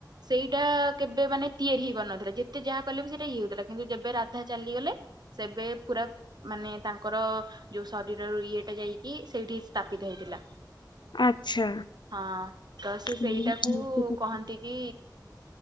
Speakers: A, on the right; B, on the left.
A: ସେଇଟା କେବେ ମାନେ ତିଆରି ହେଇ ପାରୁନଥିଲା, ଯେତେ ଯାହା କଲେ ବି ସେଇଟା ଇଏ ହଉଥିଲା କିନ୍ତୁ ଯେବେ ରାଧା ଚାଲିଗଲେ ସେବେ ପୁରା ମାନେ ତାଙ୍କର ଯୋଉ ଶରୀରରୁ ଇଏଟା ଯାଇକି ସେଇଠି ସ୍ଥାପିତ ହେଇଥିଲା।
B: ଆଚ୍ଛା।
A: ହଁ ତ ସେ
B: ତାହେଲେ
A: ସେଇଟାକୁ
B: ଆଂଶିକ-
A: କହନ୍ତି ନ୍ତିକି